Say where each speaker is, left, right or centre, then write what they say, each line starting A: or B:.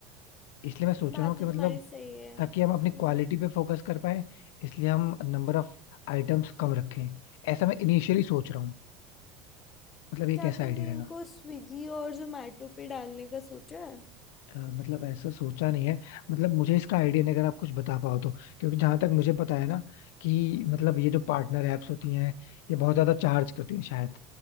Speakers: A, on the left; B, on the left.
A: इसलिए मैं सोच
B: बात
A: रहा हूँ कि
B: तो
A: मतलब
B: तुम्हारी सही है
A: ताकि
B: हम्म
A: हम अपनी क्वालिटी पे फोकस कर पाए इसलिए हम नंबर ऑफ आइटम्स कम रखें ऐसा मैं इनिशियली सोच रहा हूँ मतलब ये
B: क्या
A: कैसा
B: तुमने
A: आइडिया रहेगा
B: इनको स्विगी और जोमेटो पे डालने का सोचा है
A: अ, मतलब ऐसा सोचा नहीं है मतलब मुझे इसका आइडिया नहीं अगर आप कुछ बता पाओ तो क्योंकि जहां तक मुझे पता है ना कि मतलब ये जो पार्टनर एप्स होती हैं ये बहुत ज्यादा चार्ज करती हैं शायद